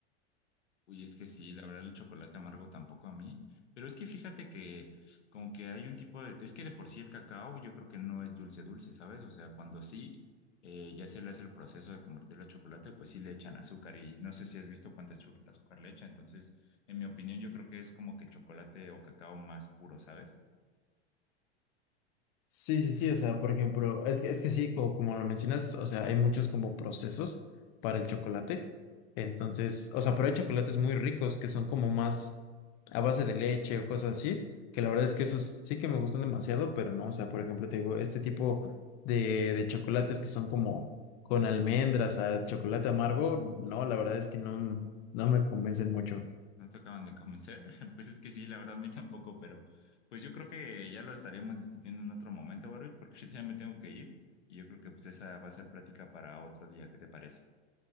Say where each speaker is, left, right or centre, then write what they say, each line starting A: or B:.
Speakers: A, on the left; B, on the left.
A: Uy, es que sí, la verdad el chocolate amargo tampoco a mí, pero es que fíjate que como que hay un tipo de, es que de por sí el cacao yo creo que no es dulce dulce, ¿sabes? O sea, cuando sí, eh, ya se le hace el proceso de convertirlo a chocolate, pues sí le echan azúcar y no sé si has visto cuánta chu- azúcar le echan, entonces en mi opinión yo creo que es como que chocolate o cacao más puro, ¿sabes?
B: Sí, sí, sí, o sea, por ejemplo, es, que- es que sí, co- como, lo mencionas, o sea, hay muchos como procesos para el chocolate. Entonces, o sea, pero hay chocolates muy ricos que son como más a base de leche o cosas así, que la verdad es que esos sí que me gustan demasiado, pero no, o sea, por ejemplo, te digo, este tipo de, de chocolates que son como con almendras, a chocolate amargo, no, la verdad es que no, no me convencen mucho.
A: No te acaban de convencer. <laughs> Pues es que sí, la verdad, a mí tampoco, pero pues yo creo que ya lo estaríamos discutiendo en otro momento, Baruch, porque <laughs> ahorita ya me tengo que ir y yo creo que pues esa va a ser plática para otro día, ¿qué te parece?